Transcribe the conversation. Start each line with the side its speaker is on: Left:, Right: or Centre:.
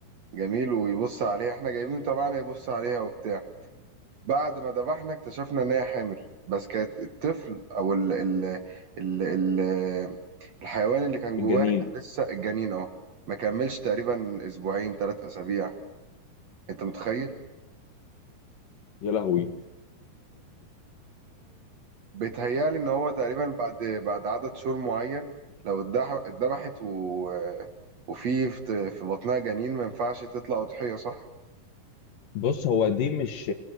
Right: جميل ويبص عليها احنا جايبين طبعا يبص عليها وبتاع بعد ما ذبحنا اكتشفنا ان هي حامل بس كانت الطفل او ال ال ال ال الحيوان اللي كان جواها
Left: الجنين
Right: كان لسه الجنين اه ما كملش تقريبا اسبوعين ثلاث اسابيع انت متخيل
Left: يا لهوي
Right: بيتهيألي إن هو تقريبا بعد بعد عدد شهور معين لو اتدح- اتذبحت و... وفي في في بطنها جنين ما ينفعش تطلع أضحية صح؟
Left: بص هو دي مش